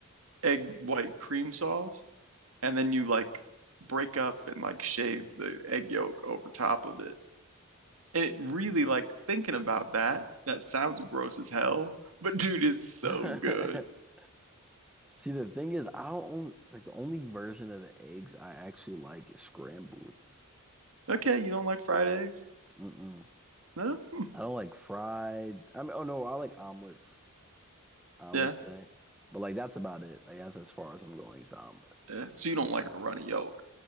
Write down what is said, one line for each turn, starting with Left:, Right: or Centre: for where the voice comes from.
Right: egg white cream sauce and then you like break up and like shave the egg yolk over top of it. And it really like thinking about that, that sounds gross as hell, but <laughs> dude is so
Centre: Mm-hmm.
Right: good.
Centre: <laughs> See, the thing is, I don't own, like the only version of the eggs I actually like is scrambled.
Right: Okay,
Centre: Like,
Right: you don't like fried eggs?
Centre: mm-mm.
Right: No? Hmm.
Centre: I don't like fried. I mean, oh no, I like omelets, I
Right: Yeah,
Centre: would say. But like that's about it. Like that's as far as I'm going is the omelet.
Right: yeah. So you don't like a runny yolk?